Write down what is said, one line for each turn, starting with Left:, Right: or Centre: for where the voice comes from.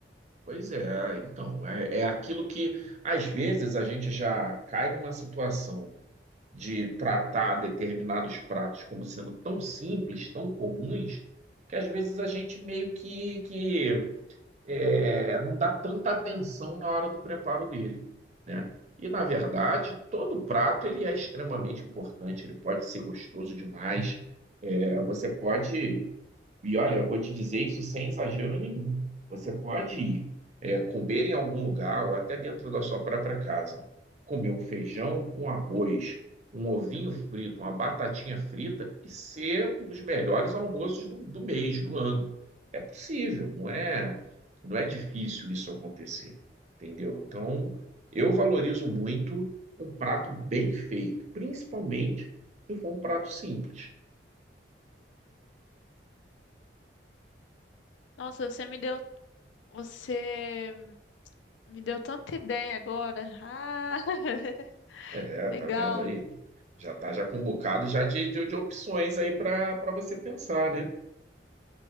Right: pois é. Então, é, é aquilo que às vezes a gente já cai numa situação de tratar determinados pratos como sendo tão simples, tão comuns, que às vezes a gente meio que, que é, não dá tanta atenção na hora do preparo dele, né? E na verdade, todo prato ele é extremamente importante, ele pode ser gostoso demais. É, você pode, e olha, eu vou te dizer isso sem exagero nenhum. Você pode ir é, comer em algum lugar ou até dentro da sua própria casa, comer um feijão com arroz, um ovinho frito, uma batatinha frita e ser um dos melhores almoços do, do mês, do ano. É possível, não é? Não é difícil isso acontecer, entendeu? Então, eu valorizo muito um prato bem feito, principalmente se for um prato simples.
Left: Nossa, você me deu. Você. Me deu tanta ideia agora. Ah, <laughs>
Right: É,
Left: legal.
Right: tá vendo aí? Já tá já com um bocado já de, de, de opções aí para para você pensar, né?